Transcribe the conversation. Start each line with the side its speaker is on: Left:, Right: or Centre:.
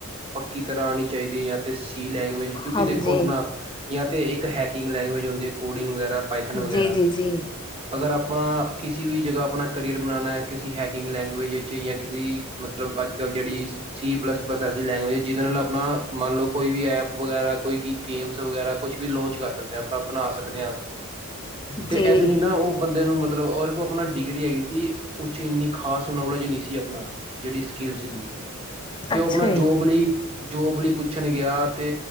Right: ਪੱਕੀ ਤਰ੍ਹਾਂ ਆਉਣੀ ਚਾਹੀਦੀ ਹੈ। ਜਾਂ ਤੇ ਸੀ ਲੈਂਗੁਏਜ ਕਿਉਂਕਿ
Left: ਹਾਂਜੀ
Right: ਦੇਖੋ ਆਪਣਾ ਜਾਂ ਤੇ ਇੱਕ ਹੈਕਿੰਗ ਲੈਂਗੁਏਜ ਹੁੰਦੀ ਹੈ। ਕੂੜਿੰਓ ਵਗੈਰਾ, ਪਾਈਥਨ ਵਗੈਰਾ
Left: ਜੀ ਜੀ ਜੀ
Right: ਅਗਰ ਆਪਣਾ ਕਿਸੀ ਵੀ ਜਗ੍ਹਾ ਆਪਣਾ ਕਰੀਅਰ ਬਣਾਉਣਾ ਕਿਸੀ ਹੈਕਿੰਗ ਲੈਂਗਏਜ ਵਿੱਚ ਜਾਂ ਕਿਸੇ ਮਤਲਬ ਅੱਜ ਕੱਲ੍ਹ ਜਿਹੜੀ ਸੀ ਪਲੱਸ ਪਲ ਐਸੀ ਲੈਂਗੁਏਜ ਜਿਹਦੇ ਨਾਲ ਆਪਣਾ ਮੰਨ ਲਓ ਕੋਈ ਵੀ ਐ ਵਗੈਰਾ ਕੋਈ ਗੇਮਸ ਵਗੈਰਾ ਕੁਛ ਵੀ ਲੋਂਚ ਕਰ ਸਕਦੇ ਹਾਂ ਆਪਣਾ ਬਣਾ ਸਕਦੇ ਹਾਂ। ਤੇ
Left: ਜੀ
Right: ਇਹਦੇ ਲਈ ਨਾ ਉਹ ਬੰਦੇ ਨੂੰ ਮਤਲਬ ਉਹਦੇ ਕੋਲ ਆਪਣਾ ਡਿਗਰੀ ਹੈਗੀ ਸੀ। ਕੁੱਛ ਇੰਨੀ ਖਾਸ ਨੋਲੇਜ ਨਹੀਂ ਸੀ। ਆਪਣਾ ਜਿਹੜੀ ਸਕਿੱਲਸ ਦੀ ਤੇ
Left: ਅੱਛਾ
Right: ਉਹ ਆਪਣਾ ਜੋਬ ਲਈ ਜੋਬ ਲਈ ਪੁੱਛਣ ਗਿਆ ਤੇ